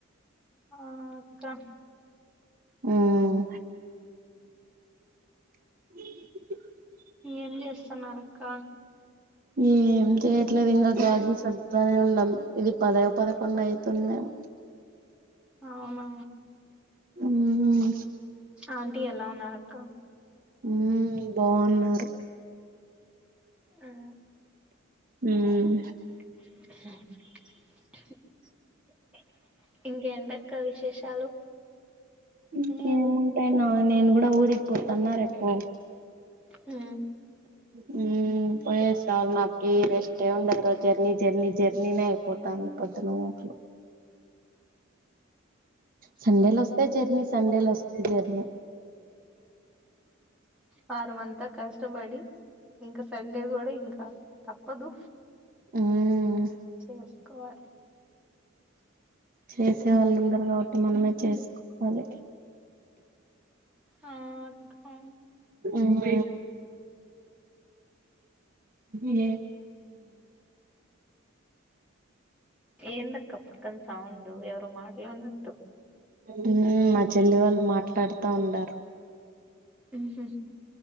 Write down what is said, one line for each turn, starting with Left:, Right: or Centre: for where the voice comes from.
Centre: ఆ అక్కా
Right: ఉమ్ <inaudible>
Centre: ఏం చేస్తున్నారక్క
Right: ఏం జేత్ యట్లేదు ఇంగా గాజులు సర్దుత్తనే ఉన్నాం ఇది పదో పదకొండు అయితుందేమో
Centre: అవునా
Right: ఉమ్
Centre: ఆంటీ ఎలా ఉన్నారు అక్క
Right: ఉమ్ బాగున్నారు
Centre: ఉమ్
Right: ఉమ్
Centre: <unintelligible> ఇంకేంటక్క విశేషాలు
Right: ఇంకేముంటయ్
Centre: ఏం
Right: నాన్న నేను గూడా ఊరికి పోతున్న రేపు
Centre: హ్మ్
Right: హ్మ్ పోయెసాల్నాకి రెస్టే ఉండదురా జర్నీ జర్నీ జర్నీనే అయిపోతా <unintelligible> సండేలొస్తే జర్నీ సండేలొస్తే జర్నీ
Centre: వారం అంతా కష్టపడి ఇంకా సండే కూడా ఇంకా తప్పదు
Right: ఉమ్
Centre: చేసుకోవాలి
Right: చేసే వాళ్ళు ఉండరు కాబట్టి మనమే చేసుకోవాలి
Centre: ఆ ఆ
Right: ఉమ్ ఏ
Centre: ఏందక్క పక్కన సౌండు ఎవరో మాట్లాడినట్టు
Right: హ్మ్ మా చెల్లి వాళ్ళు మాట్లాడతా ఉండారు
Centre: ఉహూ